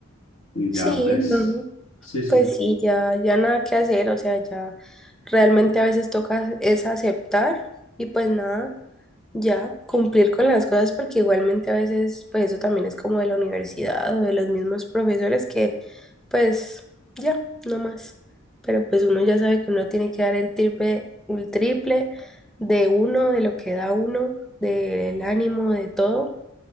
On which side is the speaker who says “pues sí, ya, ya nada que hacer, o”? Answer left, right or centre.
Centre